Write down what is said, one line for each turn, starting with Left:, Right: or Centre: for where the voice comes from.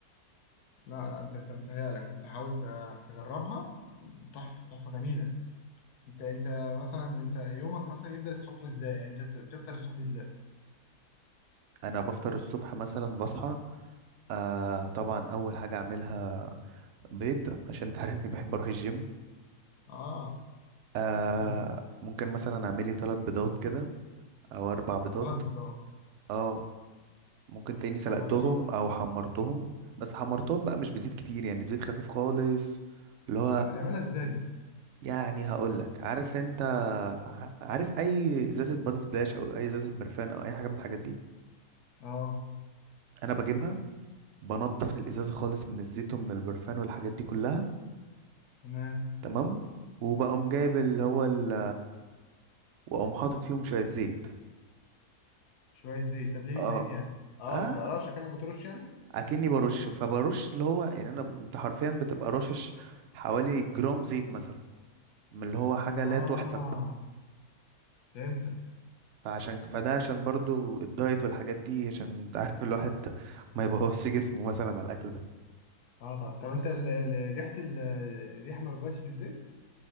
Left: لا لا أنت أنت متهيألك أنت حاول ت- تجربها م، تحفة تحفة جميلة أنت أنت مثلا أنت يومك مثلا يبدأ الصبح إزاي؟ يعني أنت بتفطر الصبح إزاي؟
Right: انا بفطر الصبح مثلا بصحى آه طبعا اول حاجة اعملها بيض عشان تعرفني بحب اروح الجيم
Left: اه
Right: آه
Left: انت
Right: ممكن مثلا اعمل لي ثلاث بيضات كده او اربع بيضات
Left: ثلاث بيضات
Right: اه ممكن تلاقيني سلقتهم
Left: طب وتسلق
Right: او حمرتهم بس حمرتهم بقى مش بزيت كتير يعني بزيت خفيف خالص اللي هو
Left: طب بتعملها ازاي دي
Right: يعني هقول لك عارف انت ع- عارف اي ازازه بادي سبلاش او اي ازازه برفان او اي حاجه من الحاجات دي
Left: اه
Right: انا بجيبها بنضف الازازه خالص من الزيت ومن البرفان والحاجات دي كلها
Left: تمام
Right: تمام وبقوم جايب اللي هو ال... واقوم حاطط فيهم شويه زيت
Left: شوية زيت طب ليه
Right: اه
Left: زيت يعني اه
Right: اه
Left: انت رش كأنك بترش يعني
Right: اكني برش فبرش اللي هو يعني انا انت حرفيا بتبقى رشش حوالي جرام زيت مثلا من اللي هو حاجه
Left: اه
Right: لا تحسب
Left: فهمتك
Right: فعشان فده عشان برضو الدايت والحاجات دي عشان انت عارف الواحد ما يبوظش جسمه مثلا على الاكل ده
Left: اه طبعا طب انت ال- ال- ريحة ال- الريحة ما بتبانش في الزيت